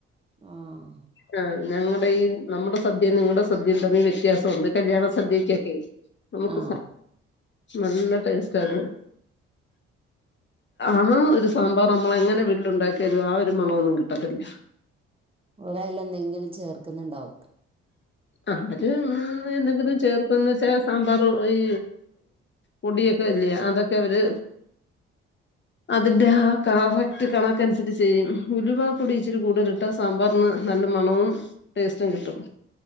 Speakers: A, on the right; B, on the left.
A: ആഹ്
B: ആ ഞങ്ങളുടെ ഈ നമ്മുടെ സദ്യയും നിങ്ങളുടെ സദ്യയും തമ്മിൽ വ്യത്യാസം ഉണ്ട് കല്യാണം സദ്യക്കൊക്കെ നമുക്ക്
A: ആ
B: നല്ല ടേസ്റ്റ് അത് അതും ഒരു സാമ്പാർ നമ്മൾ എങ്ങനെ വിട്ടില് ഉണ്ടാക്കിയാലു ആ ഒരു മണൊന്നും കിട്ടത്തില്ല
A: ഓര് അയിലെ എന്തെങ്കിലും ചേർക്കുന്നുണ്ടാവും
B: ഇന്നട്ട് ഇന്ന് എന്തെങ്കിലും ചേർക്ക ന്ന് വെച്ചാൽ സാമ്പാർ ഈ പൊടിയൊക്കെ ഇല്ലേ അതൊക്കെ അവര് അതിന്റെ ആ കറക്റ്റ് കണക്കനുസരിച്ച് ചെയ്യും ഉലുവപ്പൊടി ഇച്ചിരി കൂടുതൽ ഇട്ട സാമ്പാറിന് നല്ല മണവും ടേസ്റ്റും കിട്ടും